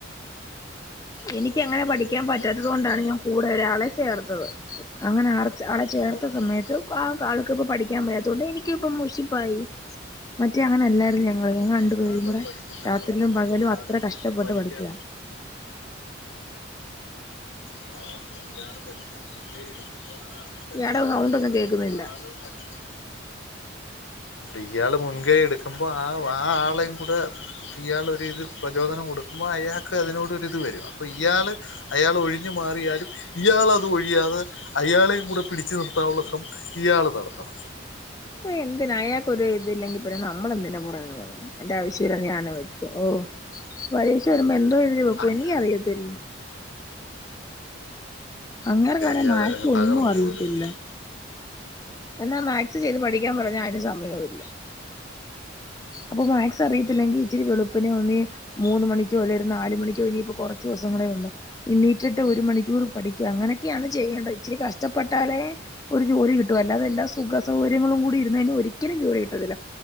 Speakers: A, on the left; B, on the left.
A: എനിക്ക്
B: അപ്പം
A: എങ്ങനെ
B: ഒരു
A: പഠിക്കാൻ
B: ഒരു
A: പറ്റാത്തത്
B: ഇതിനകത്ത്
A: കൊണ്ടാണ് ഞാൻ കൂടെ ഒരാളെ ചേർത്തത് അങ്ങനെ ആർ ആ ചേർത്ത
B: അപ്പോൾ കൂടെ
A: സമയത്ത് കാ എനിക് ഇപ്പോ പഠിക്കാൻ വയ്യാതോണ്ട് എനിക്കിപ്പോ മുഷിപ്പായി മറ്റേ അങ്ങനെ എല്ലാരുന്നു ഞങ്ങ ആഹ് ഞങ്ങള്
B: ഇയാള്
A: രണ്ടു പേരും കൂടെ
B: പഠിക്കുന്നെന്ന്
A: രാത്രിയിലും
B: പറഞ്ഞു കഴിഞ്ഞാൽ
A: പകലും
B: ഇയാള്
A: അത്ര കഷ്ടപ്പെട്ട്
B: പഠിക്കാൻ
A: പഠിച്ചതാ
B: സാധാരണ ഇയാള് പഠിക്കാൻ മുൻ കൈ എടുക്കുമ്പോ ആ ആൾക്ക് പഠിക്കാൻ
A: ഇയാടെ സൗണ്ട്
B: നല്ലതാണ്
A: ഒന്നും കേൾക്കുന്നില്ല
B: ആ ആളും പഠി ഇയാള് മുൻകൈ എടുക്കുമ്പോ ആ ആ ആളെയും കൂടെ ഇയാളൊ ഒരു ഇത് പ്രചോദനം കൊടുക്കുമ്പോൾ അയാൾക്ക് അതിനോടൊരിത് വരും അപ്പോൾ ഇയാൾ അയാൾ ഒഴിഞ്ഞ് മാറിയാലും ഇയാളത് ഒഴിയാതെ അയാളെയും കൂടെ പിടിച്ചു നിർത്താനുള്ള ശ്രമം ഇയാൾ നടത്തണം
A: എന്തിനാ അയാൾക്ക് ഒരു ഇതില്ലെങ്കിൽ പിന്നെ നമ്മളെന്തിനാ പുറകെ പൊന്നെ എന്റെ ആവശ്യല്ല ഞാനും വെച്ചു ഓഹ് പരീക്ഷ വരുമ്പോ എന്തോ എഴുതിവെക്കു
B: അങ്ങ
A: എനിക്കറിയത്തില്ല. അങ്ങനെ കാണെ
B: ഇയാള്
A: മായക്ക് ഒന്നും
B: തകർന്നു
A: അറിയത്തില്ല.
B: പോകരുത്
A: എന്നാ മാത്സ് ചെയ്ത് പഠിക്കാൻ പറഞ്ഞ അതിന് സമയവും ഇല്ല അപ്പൊ മാക്സ് അറിയത്തില്ലെങ്കിൽ ഇച്ചിരി വെളുപ്പിനെ ഒന്നി മൂന്ന് മണിക്കോ അല്ലെ ഒരു നാലുമണിക്കോ ഇനിയിപ്പോ കുറച്ച് ദിവസങ്ങളേ ഉള്ളു ഇണീറ്റട്ട് ഒരു മണിക്കൂർ പഠിക്കും അങ്ങനൊക്കെയാണ് ചെയ്യേണ്ടത് ഇച്ചരി കഷ്ടപ്പെട്ടാലേ ഒരു ജോലി കിട്ടും അല്ലാതെ എല്ലാ സുഖ സൗകര്യങ്ങളും കൂടി ഇരുന്ന് കയിഞ്ഞാൽ ഒരിക്കലും ജോലി കിട്ടത്തില്ല